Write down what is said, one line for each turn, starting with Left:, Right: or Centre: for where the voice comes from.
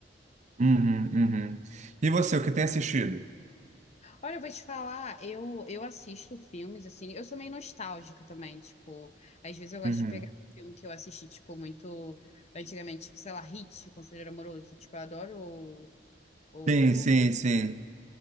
Right: Uhum, uhum. E você, o que tem assistido?
Left: Olha, eu vou te falar, eu, eu assisto filmes, assim, eu sou meio nostálgica também, tipo, às vezes eu gosto
Right: Uhum.
Left: de pegar um filme que eu assisti, tipo, muito antigamente, tipo, sei lá, Hit, Conselheiro Amoroso, tipo, eu adoro o,
Right: Sim, sim,
Left: o
Right: sim.